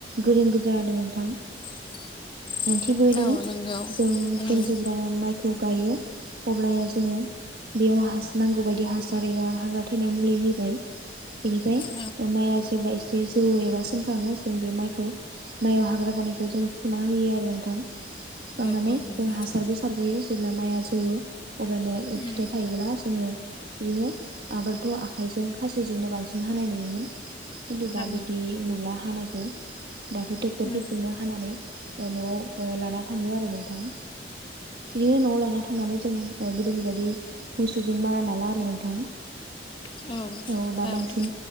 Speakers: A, on the right (about 60°); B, on the left (about 30°).
A: गोरों। गोजा आरो नोंथां।
B: <inaudible>
A: ओ थिग बेबायदिनो
B: औ नंगौ
A: जों
B: उम
A: जों जेब्ला माइखौ गायो अब्लाया जोङो बेयाव हास नांगौ बायदि हासार एबा हाग्रा थैनाय मुलि होबाय। इनिफ्राय
B: औ
A: माइआ जेब्ला एसे जौओ एबा सोमखाङो जों बे माइखौ माइआव हाग्रा जानायखौ जों फुना होयो आरो नोंथां फुखांनानै
B: औ औ नंगौ
A: जों हासारबो होयो जेब्ला माइया जौओ अब्लानिया
B: उम
A: फिथाइ थायोब्ला जोङो बिदिनो आगोलथ' आखाइजों खासिजोंनो बांसिन हानाय नुयोमोन खिन्थु दा
B: औ
A: बिदि नुला हानायखौ। दाथ' ट्रेक्टरफोरजोंनो
B: उम
A: हानानै ओ न'आव लाना थाङो आरो नोंथां। बिदिनो न'आव लाना थांनानै जों ओ गोदोनि बायदि मोसौजों मारा नाला आरो नोंथां।
B: औ।
A: औ दा
B: दाथ'
A: बांसिन